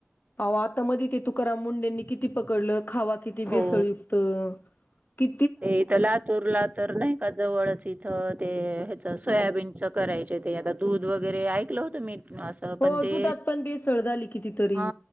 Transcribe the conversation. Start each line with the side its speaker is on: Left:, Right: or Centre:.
Left: अहो आता मध ते तुकाराम मुंडेंनी किती पकडलं खावा किती
Right: हो
Left: बेसळयुक्त कि
Right: ते इथं लातूर ला तर नाही का जवळच इथं ते ह्याच सोयाबीन करायच ते आता दूध वगैरे ऐकलं होतं मी असं
Left: हो
Right: पण ते
Left: दुधात पण बेसळ झाली कितीतरी
Right: हा